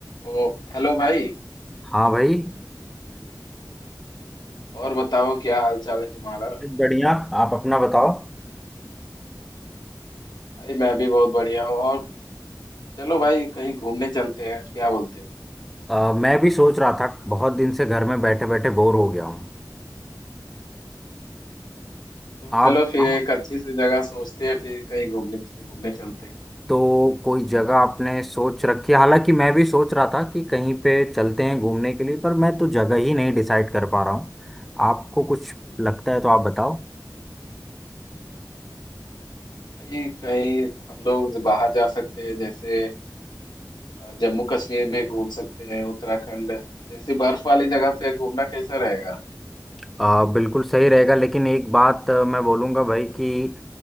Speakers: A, on the left; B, in the centre.
A: ओ हेलो भाई
B: हाँ भाई
A: और बताओ क्या हाल चाल है तुम्हारा
B: बढ़िया आप अपना बताओ
A: भाई मैं भी बहुत बढ़िया हूँ और चलो भाई कहीं घूमने चलते हैं क्या बोलते हो
B: अ, मैं भी सोच रहा था बहुत दिन से घर में बैठे बैठे बोर हो गया हूँ
A: तो
B: आप
A: चलो
B: बताओ,
A: फिर एक अच्छी सी जगह सोचते हैं फिर कहीं घूमने घूमने चलते हैं
B: तो कोई जगह आपने सोच रखी है हालांकि मैं भी सोच रहा था कि कहीं पे चलते हैं घूमने के लिए पर मैं तो जगह ही नहीं डिसाइड कर पा रहा हूँ आपको कुछ लगता है तो आप बताओ
A: भाई कहीं हम लोग बाहर जा सकते हैं जैसे अ, जम्मू कश्मीर में घूम सकते हैं उत्तराखंड जैसी बर्फ वाली जगह पे घूमना कैसा रहेगा
B: अ, बिल्कुल सही रहेगा लेकिन एक बात अ, मैं बोलूँगा भाई कि